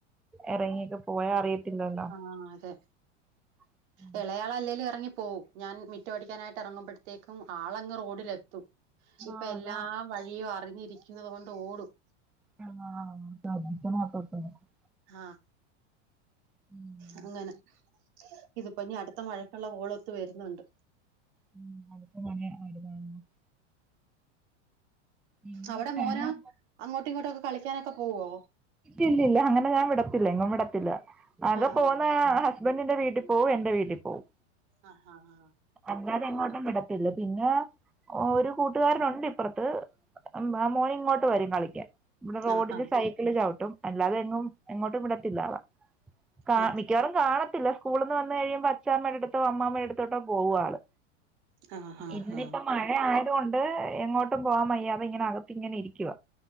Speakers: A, in the centre; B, on the right (about 65°).
A: എറങ്ങിയൊക്കേ പോയാ അറിയത്തില്ലല്ലൊ.
B: ആഹ് അതെ.
A: <inaudible>
B: ഇളയാളല്ലേലും ഇറങ്ങി പോവും ഞാൻ മിറ്റ അടിക്കാനായിട്ട് ഇറങ്ങുമ്പോഴത്തേക്കും ആളങ്ങ് റോഡിലെത്തും. ഇപ്പൊ
A: ആഹ്
B: എല്ലാ
A: അതാ
B: വഴിയും അറിഞ്ഞിരിക്കുന്നത് കൊണ്ട് ഓടും.
A: ആ <unintelligible>
B: ആഹ്.
A: എപ്പപ്പഴും
B: അങ്ങനെ, ഇത്പ്പനി അട്ത്ത മഴക്കുള്ള ഹോളൊത്ത് വരുന്നുണ്ട്.
A: <unintelligible> ഇങ്ങോട്ട്
B: അവിടെ മോനാ
A: വരണം
B: അങ്ങോട്ടും ഇങ്ങോട്ടൊക്കെ കളിക്കാനൊക്കെ പോവോ?
A: ഇല്ലില്ല അങ്ങനെ ഞാൻ വിടത്തില്ല എങ്ങും വിടത്തില്ല. ആകെ
B: ആഹ്
A: പോകുന്ന ഹസ്ബന്റീന്റെ വീട്ടിൽ പോവും എന്റെ വീട്ടിൽ പോവും.
B: അഹാ ആ
A: അല്ലാതെ എങ്ങോട്ടും വിടത്തില്ല പിന്നെ ഒരു കൂട്ടുകാരനുണ്ട് ഇപ്പർത്ത്. <unintelligible> ആ മോൻ ഇങ്ങോട്ട് വരും കളിക്യാൻ. ഇവടെ റോഡില്
B: ആഹ് ആഹ്
A: സൈക്കിള് ചവിട്ടും അല്ലാതെ എങ്ങും എങ്ങോട്ടും വിടത്തില്ലവള കാ
B: ആഹ്
A: മിക്കവാറും കാണത്തില്ല സ്കൂളിൽ നിന്ന് വന്ന് കഴിയുമ്പോ അച്ചാമ്മെടടുത്തോ അമ്മാമേടടുത്തോട്ടോ പോകും ആള്
B: ആഹ് ആഹ് ആഹ്
A: ഇന്നിപ്പം
B: ആഹ്
A: മഴ ആയതു കൊണ്ട് എങ്ങോട്ടും പോവാൻ വയ്യാതെ ഇങ്ങനെ അകത്ത് ഇങ്ങനെ ഇരിക്കുവ